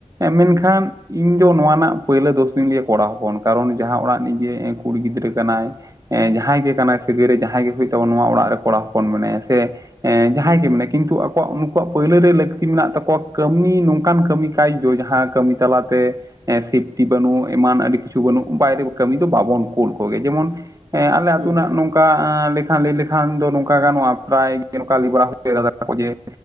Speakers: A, on the right; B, on the right.
A: ᱢᱮᱱᱠᱷᱟᱱ
B: ᱦᱩᱸ
A: ᱤᱧ ᱫᱚ ᱱᱚᱣᱟ ᱨᱮᱱᱟᱜ ᱯᱳᱭᱞᱳ ᱫᱳᱥ ᱫᱩᱧ ᱞᱟᱹᱭᱟ ᱠᱚᱲᱟ ᱦᱚᱯᱚᱱ, ᱠᱟᱨᱚᱱ ᱡᱟᱦᱟᱸ ᱚᱲᱟᱜ ᱨᱮᱱᱤᱡ ᱜᱮ ᱠᱩᱲᱤ ᱜᱤᱫᱽᱨᱟᱹ ᱠᱟᱱᱟᱭ᱾ ᱮᱸ ᱡᱟᱦᱟᱸᱭ ᱜᱮ
B: ᱦᱩᱸ
A: ᱠᱟᱱᱟᱭ ᱥᱟᱹᱜᱟᱹᱭ ᱨᱮ ᱡᱟᱦᱟᱸᱭ ᱜᱮ ᱦᱩᱭᱩᱜ ᱛᱟᱵᱚᱱ ᱱᱚᱣᱟ ᱚᱲᱟᱜ ᱨᱮ ᱠᱚᱲᱟ ᱦᱚᱸᱯᱚᱱ ᱢᱮᱱᱟᱭᱟ ᱥᱮ ᱮᱻ ᱡᱟᱦᱟᱸᱭ
B: ᱦᱩᱸ
A: ᱜᱮ ᱢᱮᱱ ᱠᱤᱱᱛᱩ ᱠᱚᱣᱟᱜ ᱱᱩᱠᱩᱣᱟᱜ ᱯᱳᱭᱞᱳ ᱨᱮ ᱞᱟᱹᱠᱛᱤ ᱢᱮᱱᱟᱜ ᱛᱟᱠᱚᱣᱟ ᱠᱟᱹᱢᱤ ᱱᱚᱝᱠᱟᱱ ᱠᱟᱹᱢᱤ ᱠᱟᱡ ᱡᱟᱦᱟᱸ ᱠᱟᱹᱢᱤ ᱛᱟᱞᱟᱛᱮ᱾ <inaudible> <inaudible> ᱵᱟᱹᱱᱩᱜ ᱮᱢᱟᱱ ᱟᱹᱰᱤ ᱠᱤᱪᱷᱩ ᱵᱟᱹᱱᱩᱜ ᱵᱟᱭᱨᱮ ᱠᱟᱹᱢᱤ ᱫᱚ ᱵᱟᱵᱚᱱ
B: ᱦᱩᱸ
A: ᱠᱳᱞ ᱠᱚᱜᱮ ᱡᱮᱢᱚᱱ ᱮ ᱟᱞᱮ ᱟᱛᱳ
B: ᱦᱩᱸ
A: ᱨᱮᱱᱟᱜ ᱱᱚᱝᱠᱟ ᱱᱚᱝᱠᱟ ᱞᱮᱠᱷᱟᱱ ᱞᱟᱹᱭ ᱞᱮᱠᱷᱟᱱ ᱫᱚ ᱱᱚᱝᱠᱟ ᱜᱟᱱᱚᱜ-ᱟ ᱯᱨᱟᱭ ᱜᱮ ᱱᱚᱝᱠᱟ ᱞᱟᱹᱭ ᱵᱟᱲᱟ ᱫᱟ ᱠᱚ ᱡᱮ᱾ <unintelligible> ᱪᱮᱫᱟᱜ